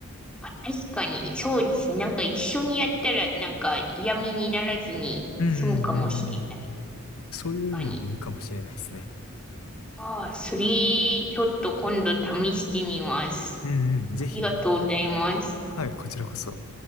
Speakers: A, in the centre; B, on the left (about 80°).
A: あ、確かに、そうですね。なんか一緒にやったらなんか嫌味にならずに済むかもしれない。
B: うんうんうんうん。そういうのもいいかもしれないですね。
A: 確かに。ああ、それ、ちょっと今度試してみます。
B: うんうん。ぜひ。
A: ありがとうございます。
B: はい、こちらこそ。